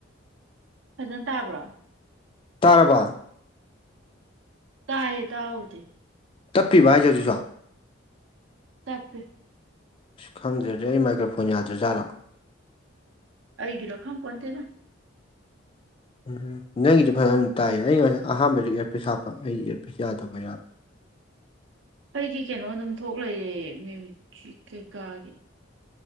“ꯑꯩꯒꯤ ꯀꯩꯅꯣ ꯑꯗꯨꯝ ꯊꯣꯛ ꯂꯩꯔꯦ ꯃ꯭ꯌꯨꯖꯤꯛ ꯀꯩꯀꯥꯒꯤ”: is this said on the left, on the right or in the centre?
Right